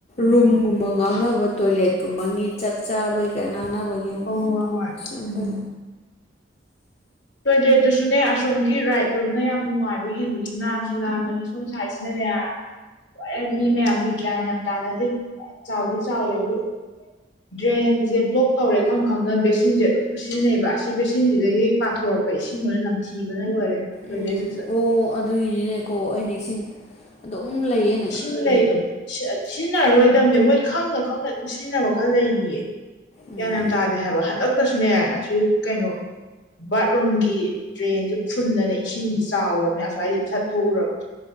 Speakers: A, on the left; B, on the left.
A: ꯔꯨꯝꯒꯨꯝꯕ
B: ꯍꯣꯏ
A: ꯉꯥꯡꯅꯕ ꯇꯣꯏꯂꯦꯠꯀꯨꯝꯕꯒꯤ ꯆꯥꯛ ꯆꯥꯕꯩꯀ ꯉꯥꯡꯅꯕ
B: ꯍꯣꯏ ꯍꯣꯏ
A: ꯁꯤꯕ
B: ꯎꯝ ꯇꯣꯏꯂꯦꯠꯇꯨꯁꯨꯅꯦ ꯑꯁꯣꯝꯒꯤ ꯔꯥꯏꯠ ꯂꯣꯕꯅ ꯌꯥꯝ ꯅꯨꯡꯉꯥꯏꯕ ꯌꯦꯦꯜꯂꯅꯤ ꯁꯨ ꯂꯥꯟꯅꯤ ꯁꯣꯝ ꯁꯥꯏꯠꯁꯤꯅꯅꯦ ꯍ ꯃꯤ ꯃꯌꯥꯝꯁꯦ ꯒ꯭ꯌꯥꯟ ꯌꯥꯝ ꯇꯥꯅꯗꯦ ꯆꯥꯎꯗꯤ ꯆꯥꯎꯋꯦꯕꯨ ꯗ꯭ꯔꯦꯟꯁꯦ ꯕ꯭ꯂꯣꯛ ꯇꯧꯔꯦ ꯈꯝ ꯈꯪꯅ ꯕꯦꯁꯤꯟꯁꯦ ꯑꯗꯨꯝ ꯁꯤꯖꯤꯟꯅꯩꯑꯕ ꯑꯁꯤ ꯕꯦꯁꯤꯟꯁꯤꯗꯒꯤ ꯄꯥꯊꯣꯔꯛꯄ ꯑꯩꯣꯏ ꯏꯁꯤꯡ ꯂꯅ ꯅꯝꯊꯤꯕꯅ ꯂꯣꯏꯔꯦ ꯇꯣꯏꯂꯦꯠꯁꯤꯁꯨ
A: ꯎꯝ ꯑꯣ ꯑꯗꯨꯒꯤꯅꯤꯅꯦꯀꯣ ꯑꯩꯅ ꯏꯁꯤꯡ ꯑꯗꯨꯝ ꯂꯩꯌꯦ
B: ꯏꯁꯤꯡ ꯂꯩꯗꯣ ꯁꯤꯖꯤꯟꯅꯔꯔꯣꯏꯗꯕꯅꯦ ꯃꯣꯏ ꯈꯪꯅ ꯈꯪꯅ ꯑꯗꯨꯝ ꯁꯤꯖꯤꯟꯅꯕ ꯈꯔ ꯂꯩꯔꯤꯌꯦ
A: ꯎꯝ
B: ꯒ꯭ꯟ ꯌꯥꯝ ꯇꯥꯗꯦ ꯍꯥꯏꯕ ꯍꯟꯗꯛꯇꯁꯨꯅꯦ ꯑꯁꯤ ꯀꯩꯅꯣ ꯕꯥꯠꯔꯨꯝꯒꯤ ꯗ꯭ꯔꯦꯟꯁꯦ ꯐꯨꯟꯗꯅ ꯏꯁꯤꯡ ꯁꯦ ꯆꯥꯎꯔꯕꯅꯤ ꯑꯁ꯭ꯋꯥꯏꯁꯦ ꯁꯠꯊꯣꯛꯎꯔ